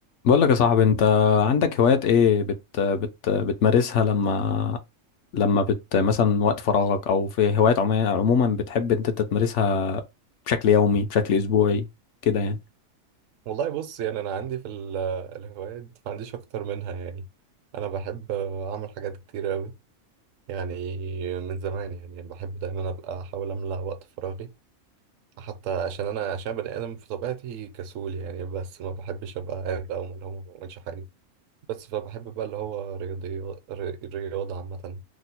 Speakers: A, on the left (about 65°); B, on the right (about 70°).
A: بقول لك يا صاحبي انت عندك هوايات ايه بت بت بتمارسها لما لما بت مثلا وقت فراغك او في هوايات عموما عموما بتحب انت تمارسها بشكل يومي بشكل اسبوعي كده يعني
B: والله بص يعني انا عندي في ال- الهوايات ما عنديش اكتر منها يعني انا بحب اعمل حاجات كتير قوي يعني من زمان يعني بحب دايما ابقى احاول املى وقت فراغي حتى عشان انا عشان بني ادم في طبيعتي كسول يعني بس ما بحبش ابقى قاعد بقى وملهوم وما بعملش حاجه بس فبحب بقى اللي هو رياضي ري- رياضه عامه